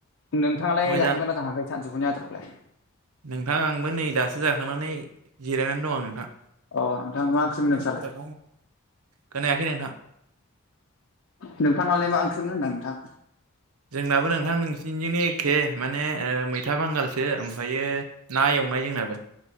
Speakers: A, on the left; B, on the right.
A: नोंथाङालाय
B: मोजां
A: जाखांगोन ना जाखांयाखै सानजुफुनि आदार खौलाय?
B: नोंथां आंबो नै दासो जाखांनानै जिरायनानै दं आं नोंथां।
A: अ नोंथां मा ओंख्रिमोन
B: <unintelligible>
A: नोंस्रालाय
B: खोनायाखै नोंथां।
A: नोंथांनावलाय मा ओंख्रिमोन होनदां नोंथां?
B: जोंनाबो नोंथां नोंसिनिजोंनो एखे माने ओ मैथा बांगालसो ओमफायो ना एवनाय जोंनाबो।